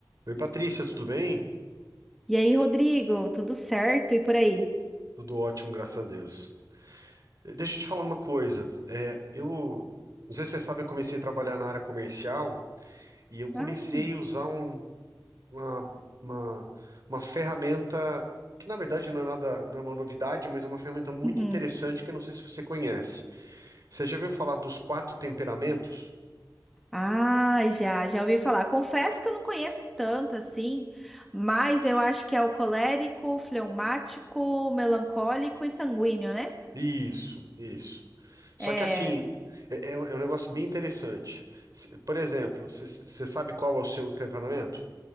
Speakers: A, on the right; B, in the centre.
A: Oi, Patrícia, tudo bem?
B: E aí, Rodrigo, tudo certo? E por aí?
A: Tudo ótimo, graças a Deus. Eh, Deixa eu te falar uma coisa. É, eu não sei se você sabe, eu comecei a trabalhar na área comercial e eu comecei
B: Ah,
A: a usar um- uma, uma, uma ferramenta que na verdade não é nada, não é uma novidade, mas é uma ferramenta muito
B: uhum.
A: interessante que eu não sei se você conhece. Você já ouviu falar dos quatro temperamentos?
B: Ah, já, já ouvi falar. Confesso que eu não conheço tanto assim, mas eu acho que é o colérico, fleumático, melancólico e sanguíneo, né?
A: Isso, isso. Só
B: É.
A: que assim, é, é um é um negócio bem interessante. Se- Por exemplo, você você sabe qual é o seu temperamento?